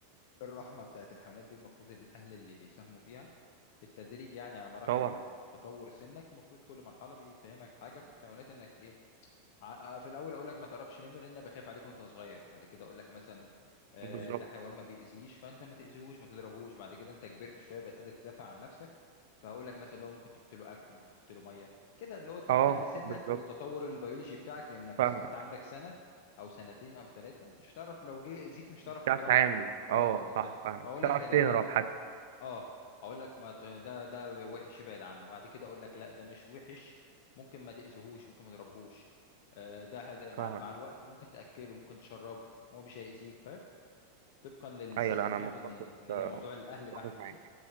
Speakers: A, on the left; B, on the right.
A: الرحمة بتاعت الحيوانات دي المفروض الأهل اللي بيساهموا فيها بالتدريج يعني على مراحل
B: طبعا
A: تطور سنك المفروض كل مرحلة بيفهمك حاجة في الحيوانات إنك إيه ع- آه، في الاول اقول لك ما تقربش منه لان أنا بخاف عليك وانت صغير بعد كده اقول لك مثلا آه،
B: بالظبط
A: ده حيوان ما بيأذيش فانت ما تأذيهوش ما تضربهوش بعد كده انت كبرت شويه بقت قادر تدافع عن نفسك فهقول لك مثلا لو ممكن تحط له اكل ممكن تحط له ميه كده اللي هو طبقا
B: اه
A: لسنك
B: بالظبط
A: والتطور البيولوجي بتاعك لانك
B: فاهمك
A: مثلا وانت عندك سنه او سنتين او ثلاثه مش هتعرف لو جه اذيك مش هتعرف
B: مش هتعرف
A: تضربه
B: تتعامل
A: اه
B: اه
A: بالظبط
B: صح فاهمك
A: فاقول
B: مش
A: لك
B: هتعرف
A: تجنبه
B: تهرب حتى
A: اه اقول لك ما ت- ده ده وحش ابعد عنه بعد كده اقول لك لا ده مش وحش ممكن ما تاذيهوش ممكن ما تضربهوش آه، ده هد- بعد
B: فاهمك
A: مع الوقت ممكن تاكله ممكن تشربه هو مش هيأذيك فاهم طبقا للسن
B: ايوه لا انا
A: شايف
B: متفق
A: ان ان هي
B: آه،
A: موضوع الاهل
B: متفق
A: بحت
B: معاك
A: يعني